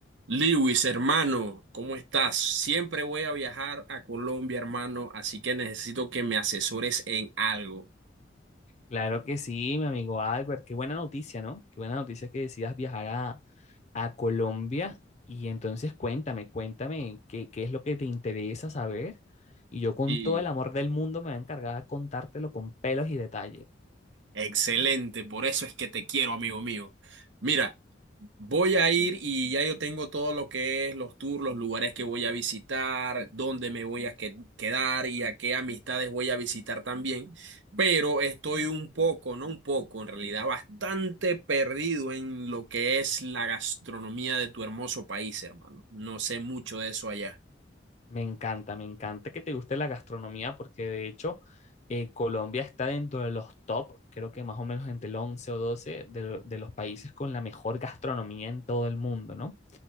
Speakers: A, on the right; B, on the left.
A: Lewis, hermano, ¿cómo estás? Siempre voy a viajar a Colombia, hermano, así que necesito que me asesores en algo.
B: Claro que sí, mi amigo Albert. Qué buena noticia, ¿no? Qué buena noticia que decidas viajar a, a Colombia. Y entonces cuéntame, cuéntame qué, qué es lo que te interesa saber. Y yo con
A: Y
B: todo el amor del mundo me voy a encargar de contártelo con pelos y detalles.
A: excelente, por eso es que te quiero, amigo mío. Mira, Voy a ir y ya yo tengo todo lo que es los tours, los lugares que voy a visitar, dónde me voy a que- quedar y a qué amistades voy a visitar también. Pero estoy un poco, no un poco, en realidad bastante perdido en lo que es la gastronomía de tu hermoso país, hermano. No sé mucho de eso allá.
B: Me encanta, me encanta que te guste la gastronomía porque de hecho eh, Colombia está dentro de los top, creo que más o menos entre el 11 o 12 de, lo- de los países con la mejor gastronomía en todo el mundo, ¿no?